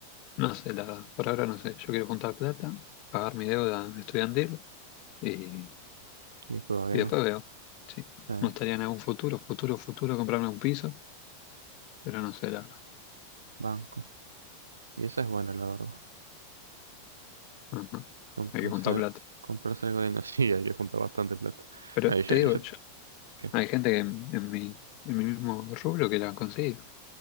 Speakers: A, on the left; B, on the right.
A: No sé, la verdad, por ahora no sé. Yo quiero juntar plata, pagar mi deuda estudiantil y,
B: y después bueno,
A: y después veo. Sí,
B: está,
A: me gustaría en algún futuro, futuro, futuro comprarme un piso, pero no sé, la verdad.
B: banco. Y esa es buena la verdad.
A: No, no.
B: Comprarse,
A: Hay que juntar plata.
B: comprarse algo lindo. <laughs> Sí, hay que juntar bastante plata.
A: Pero
B: No,
A: te
B: yo, yo-
A: digo, yo-
B: ¿qué?
A: hay gente que en, en mi, en mi mismo rubro que la han conseguido.